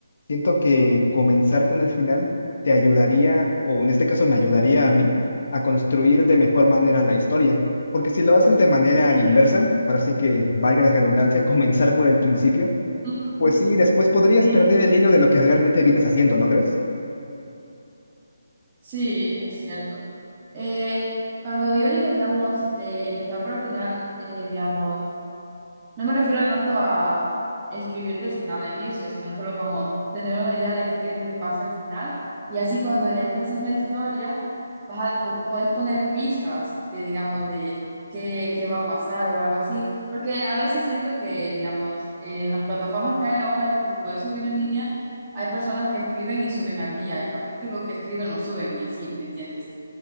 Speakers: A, on the left; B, on the right.
A: siento que comenzar con el final te ayudaría, o en este caso me ayudaría a mí, a construir de mejor manera la historia. Porque si lo haces de manera
B: Sí,
A: inversa, ahora sí que valga la redundancia, <laughs> comenzar por el principio,
B: <laughs>
A: pues sí, después podrías
B: sí.
A: perder el hilo de lo que realmente vienes haciendo, ¿no crees?
B: Sí, es cierto. Eh, cuando yo digo, digamos, de empezar por el final, eh, digamos, No me refiero tanto a escribir de final a inicio, sino solo como tener una idea de qué quieres que pase al final. Y así cuando ya empeces la historia, vas a, po- puedes poner pistas de, digamos, de qué, qué va a pasar o algo así. Porque a veces siento que, digamos, eh, en las plataformas que hay ahora que se puede subir en línea, hay personas que escriben y suben al día. El capítulo que escriben lo suben y así, ¿me entiendes?